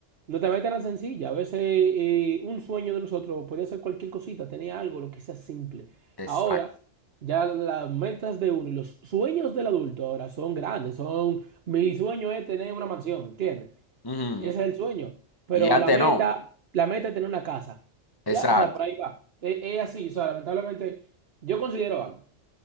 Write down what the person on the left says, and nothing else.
exacto.
Ujú.
Y antes
no,
exacto.